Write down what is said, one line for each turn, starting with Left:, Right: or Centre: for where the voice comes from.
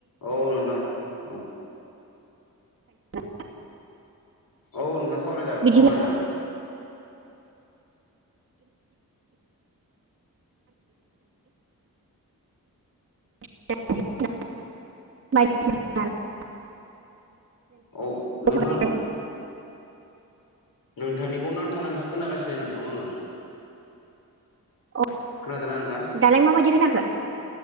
Left: औ नोंथां औ
Right: <unintelligible>
Left: औ नोंथां सावराय जागोन
Right: बिदिब्ला
Left: सावराय जागोन।
Right: <unintelligible>
Left: औ नोंथां
Right: सावरायनोसै
Left: नोंथानिखौ नांथा नांथा खोनागासिनो नोंथांव आङो।
Right: अ
Left: खोनादोंना नोंथां?
Right: दालाय माबायदि खोनाखो?